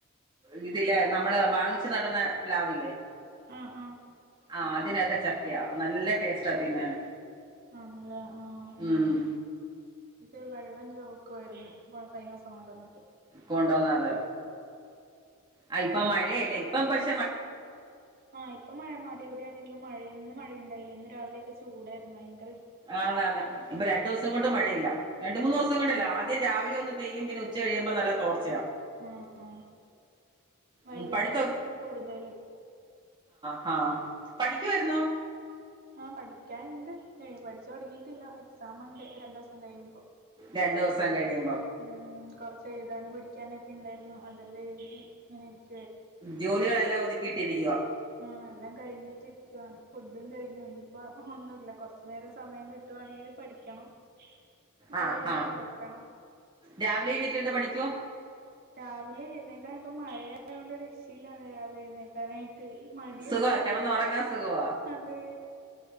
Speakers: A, on the right (about 20°); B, on the right (about 45°).
A: ഇത് ഇതില്ലേ നമ്മള് വാങ്ങിച്ച് നട്ന്ന പ്ലാവില്ലേ?
B: ആ ആ
A: ആ അതിനകത്തെ ചക്കയാ. നല്ല ടേസ്റ്റാ തിന്നാന്.
B: ആണല്ലേ? ആഹ്.
A: ഉം
B: ഇത് വെള്ളം ചൊവക്കുവായിരിന്നു. ആ കയിഞ്ഞദിവസം കൊണ്ടന്ന
A: കൊണ്ടുവന്നത്? അ ഇപ്പം മഴ അതേ അല്ലേ? ഇപ്പം പശ്
B: ആഹ് ഇപ്പ മഴ മാറി. ഇവിടെയാണെൽ മഴയെന്നും മഴ ഇണ്ടായില്ല ഇന്ന് രാവിലെയായപ്പം ചൂടായിരുന്നു. വയങ്
A: ആന്നാന്ന്. ഇപ്പ രണ്ട് ദിവസം കൊണ്ട് മഴയില്ല. രണ്ട്
B: ആ
A: മൂന്ന് ദിവസം കൊണ്ടല്ല ആദ്യം രാവിലെ ഒന്ന് പെയ്യും പിന്നെ ഉച്ച കഴിയുമ്പം നല്ല തോർച്ചയാ
B: ആഹ് ആഹ് വൈകുന്നേരാരുന്നു
A: ഉം പഠിത്തം
B: കൂടുതല്.
A: ഹാ പഠിക്കുവാരുന്നോ?
B: ആഹ് പഠിക്കാന്ണ്ട്. പഠിച്ച് തൊടങ്ങീട്ടില്ല. എക്സാമ്ണ്ട് രണ്ടീസം കഴിയുമ്പോ.
A: രണ്ട് ദിവസം കഴിയും
B: ഉം കൊറച്ച് എഴുതാനും പഠിക്കാനൊക്കെ ഇണ്ടായിരുന്നു. അതെല്ലെഴുതി ഇങ്ങനിരിക്
A: ജോലി ആയൽ ല്ലാം ഒത്ക്കീട്ട് ഇരിക്കുവാ
B: ആ എല്ലാം കഴിഞ്ഞിട്ട് ഇരിക്കുവാണ് ഫുഡും കഴിഞ്ഞു ഇനി ഇപ്പം ഒന്നും ഇല്ല കൊർച്ച് നേരം സമയം കിട്ടുവാണെൽ പഠിക്കണം അത്
A: അ
B: കഴിഞ്ഞ്
A: ആ
B: കിടക്കണം
A: രാവിലെ എണീറ്റ് ഇര്ന്ന് പഠിക്കും
B: രാവിലെ എഴ്ന്നേക്കാൻ ഇപ്പം മഴ ആയോണ്ട് ഒര് രക്ഷി ഇല്ലാന്നെ രാവിലെ എഴ് ക്കാനായിട്ട് ഒര് മടിയാവും
A: സുഖവാ കിടന്നുറങ്ങാൻ സുഖവാ
B: അതെ